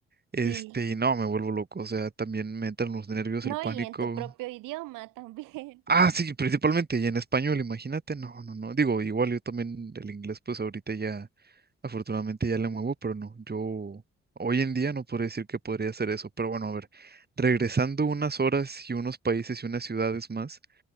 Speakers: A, on the right (about 30°); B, on the right (about 75°).
A: Este,
B: Sí.
A: y no, me vuelvo loco. O sea, también me entran los nervios,
B: No,
A: el pánico.
B: y en tu propio idioma también.
A: Ah, sí, principalmente, y en español, imagínate, no, no, no. Digo, igual yo también el inglés, pues ahorita ya, afortunadamente ya le muevo, pero no, yo hoy en día no podría decir que podría hacer eso. Pero bueno, a ver, regresando unas horas y unos países y unas ciudades más,